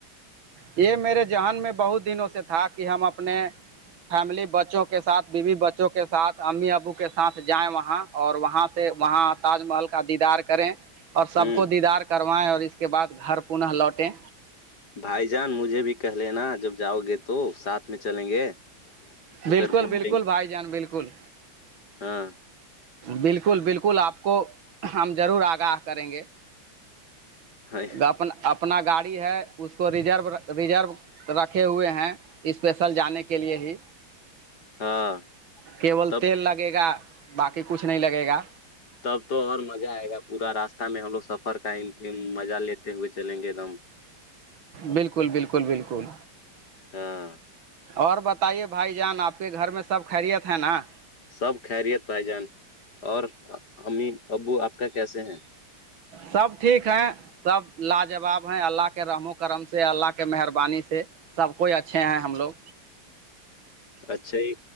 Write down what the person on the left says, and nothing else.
ہ
بھائی جان مجھے بھی کہ لینا جب جاؤ گے تو ساتھ میں چلیں گے ادھر
گھوم
لیں
ہاں
ہ
ہاں
تب
تب تو اور مزہ آئے گا پورا راستہ میں ہم لوگ سفر کا مزہ لیتے ہوئے چلیں گے ایک دم
ہاں
سب خیریت پائی جان اور امی ابو آپ کا کیسے ہیں
اچھے ہی